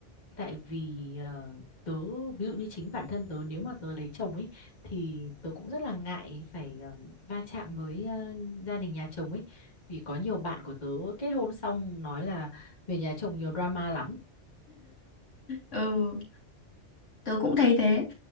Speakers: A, on the left; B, on the left.
A: tại vì ờ, tớ ví dụ như chính bản thân tớ nếu mà tớ lấy chồng ấy thì tớ cũng rất là ngại phải ờ, va chạm với ờ, gia đình nhà chồng ấy vì có nhiều bạn của tớ kết hôn xong nói là về nhà chồng nhiều drama lắm
B: Ừ. tớ cũng thấy thế